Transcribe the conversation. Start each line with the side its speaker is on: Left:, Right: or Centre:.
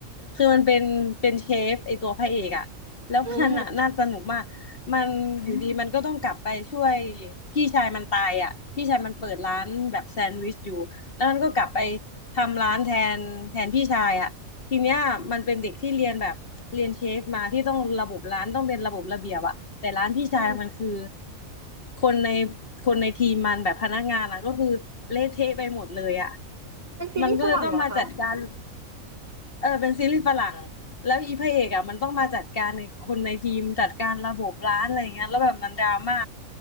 Left: คือมันเป็นเป็นเชฟไอตัวพระเอกอะแล้วมันอะน่าสนุกมาก
Right: อืม
Left: มันอยู่ดีมันก็ต้องกลับไปช่วยพี่ชายมันตายอะพี่ชายมันเปิดร้านแบบแซนด์วิชอยู่ แล้วมันก็กลับไปทำร้านแทนแทนพี่ชายอะ ทีเนี้ยมันเป็นเด็กที่เรียนแบบเรียนเชฟมาที่ต้องระบบร้านต้องเป็นระบบระเบียบอะแต่ร้านพี่ชายมันคือ
Right: อืม
Left: คนในคนในทีมมันแบบพนักงานอะก็คือเละเทะไปหมดเลยอะ
Right: เป็นซีรีส์ฝรั่งเหรอคะ
Left: มันก็เลยต้องมาจัดการเออเป็นซีรีส์ฝรั่งแล้วอีพระเอกอะมันต้องมาจัดการในคนในทีมจัดการระบบร้านอะไรอย่างเงี้ยแล้วแบบมันดราม่า